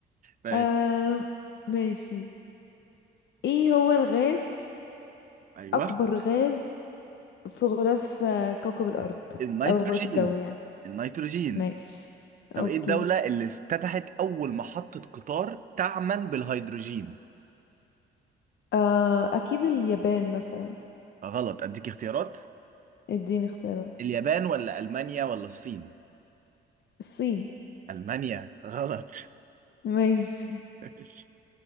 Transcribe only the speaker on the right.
ماشي
ايوه
النيتروجين
النيتروجين
طب
ايه الدولة اللي افتتحت اول محطة قطار تعمل بالهيدروجين
غلط اديك اختيارات
اليابان ولا المانيا ولا الصين
المانيا غلط
<laughs> ماشي